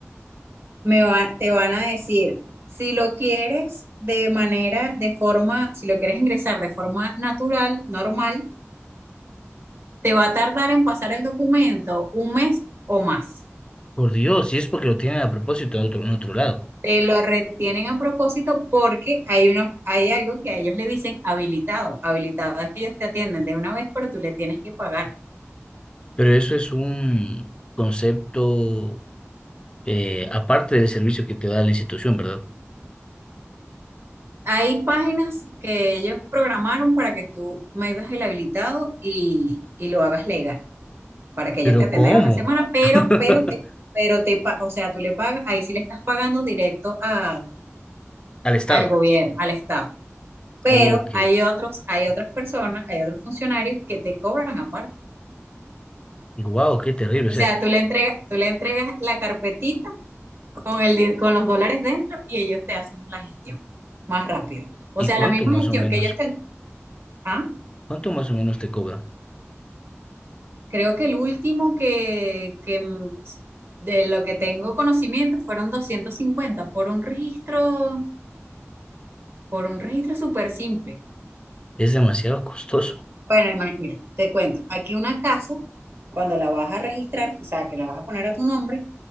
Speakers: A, on the right; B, on the left.
A: me va- te van a decir, si lo quieres de manera, de forma, si lo quieres ingresar de forma natural, normal, te va a tardar en pasar el documento un mes o más.
B: Por Dios, si es porque lo tienen a propósito en otro, en otro lado.
A: Te lo retienen a propósito porque hay una, hay algo que a ellos le dicen habilitado. Habilitado es que ellos te atienden de una vez, pero tú le tienes que pagar.
B: Pero eso es un concepto eh, aparte del servicio que te da la institución, ¿verdad?
A: Hay páginas que ellos programaron para que tú metas el habilitado y, y lo hagas legal, para que ellos
B: Pero
A: te atiendan
B: ¿cómo?
A: una semana, pero,
B: <laughs>
A: pero te, pero te, pa- o sea, tú le pagas, ahí sí le estás pagando directo a-
B: Al Estado.
A: al gobierno, al Estado. Pero
B: Ok.
A: hay otros, hay otras personas, hay otros funcionarios que te cobran aparte.
B: Wow, qué terrible.
A: O
B: O sea,
A: sea, tú le entregas, tú le entregas la carpetita con el, di- con los dólares dentro y ellos te hacen la gestión más rápido. O
B: ¿y
A: sea,
B: cuánto
A: la misma
B: más
A: gestión
B: o menos,
A: que ellos te, ¿ah?
B: cuánto más o menos te cobra?
A: Creo que el último que, que mm, de lo que tengo conocimiento fueron 250 por un registro, por un registro súper simple.
B: Es demasiado costoso.
A: Bueno, ima- mira, te cuento, aquí una casa, cuando la vas a registrar, o sea, que la vas a poner a tu nombre,